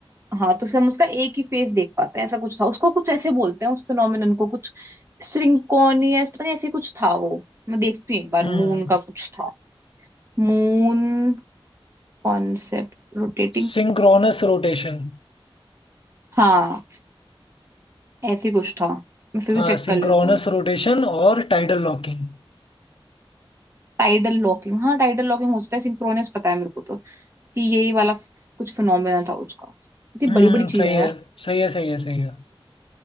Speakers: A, on the right (about 30°); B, on the left (about 70°).
A: हाँ तो इसलिए हम उसका एक ही फेस देख पाते हैं ऐसा कुछ था उसको कुछ ऐसे बोलते हैं उस फिनोमिनन को कुछ सिंक्रोनियस पता नहीं ऐसे कुछ था वो मैं देखती हूँ एक बार
B: हम्म
A: मून का कुछ था Moon concept rotating
B: सिंक्रोनस रोटेशन
A: हाँ ऐसे कुछ था मैं फिर
B: हाँ
A: भी चेक
B: सिंक्रोनस
A: कर लेती हूँ
B: रोटेशन और टाइडल लॉकिंग
A: टाइडल लॉकिंग हाँ टाइडल लॉकिंग हो सकता है सिंक्रोनस पता है मेरे को तो कि यही वाला फ- कुछ फिनोमेना था उसका इतनी
B: हम्म
A: बड़ी बड़ी चीज
B: सही
A: है यार
B: है सही है सही है सही है